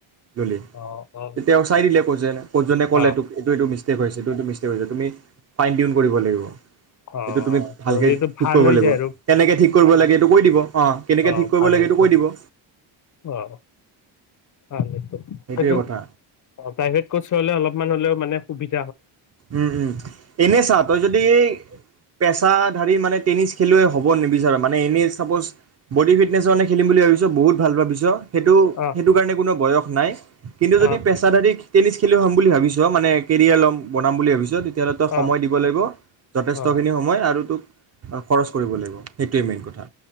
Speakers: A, on the right; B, on the left.
A: ধল
B: অ অ
A: তে তেওঁ চাই দিলে কৈ যেনে ক'তজনে ক'লে
B: অ
A: তোক এইটো এইটো মিষ্টেক হৈছে এইটো এইটো মিষ্টেক হৈছে তুমি ফাইন টিউন কৰিব লাগিব
B: অ অ
A: এইটো তুমি
B: ত
A: ভালকে
B: এইটো
A: ঠিক
B: ভাল
A: কৰিব
B: হৈ
A: লাগিব
B: যায় আৰু
A: কেনেকে ঠিক কৰিব লাগে এইটো কৈ দিব অ কেনেকে
B: অঁ
A: ঠিক কৰিব
B: ভাল
A: লাগে
B: হৈছে
A: এইটো কৈ দিব
B: অঁ ভাল
A: সেইটোৱে
B: সেইটো
A: কথা
B: অঁ প্ৰাইভেট কোচ হলে অলপমান হ'লেও মানে ুবি <unintelligible>
A: উম উম এনে চা যদি এই পেছাধাৰী মানে টেনিছ খেলুৱৈ হ'ব নিবিচাৰোঁ মানে এনেই ছাপ'জ বডি ফিটনেছৰ মানে খেলিম বুলি ভাবিছঁ বহুত ভাল ভাবিছঁ সেইটো
B: অ
A: সেইটো কাৰণে কোনো বয়স নাইচ কিন্তু যদি
B: অ
A: পেছাদাৰী টেনিছ খেলি হ'ম বুলি ভাবিছঁ মানে কেৰিয়াৰ ল'ম বনাম বুলি ভাবিছ তেতিয়'লে তই সময়
B: অ
A: দিব লাগিব যথেষ্টখিনি
B: অ
A: সময় আৰু তোক খৰচ কৰিব লাগিব সেইটোৱেই মেইন কথা